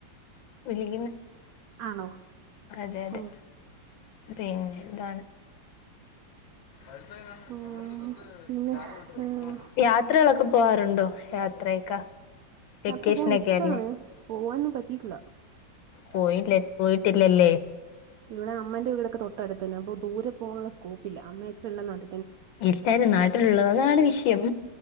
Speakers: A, on the left; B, on the right.
A: വിളിക്കുന്ന
B: ആണോ
A: അതെ അതെ
B: ഉം
A: പിന്നെ എന്താണ് പഴത്താണ്
B: ഉം
A: നമ്മളത് കൊച്ച
B: പിന്നെ
A: രഗട്ടം
B: ഏഹ്
A: യാത്രകളൊക്കെ പോകാറുണ്ടോ യാത്രയൊക്കെ തക്കേഷിനൊക്കെയല്ലേ
B: യാത്ര പോകാൻ ഇഷ്ടാണ് പോവാനൊന്നും പറ്റിയിട്ടില്ല
A: പോയില്ല പോയിട്ടില്ലല്ലേ
B: ഇവിടെ അമ്മന്റെ വീടൊക്കെ തൊട്ടടുത്തു അപ്പൊ ദൂരെ പോാനുള്ള സ്കോപ്പില അമ്മയച്ചട്ടല്ലാം നട
A: ഇല്ലാരും നാട്ടിലുള്ളത് അതാണ് വിഷയം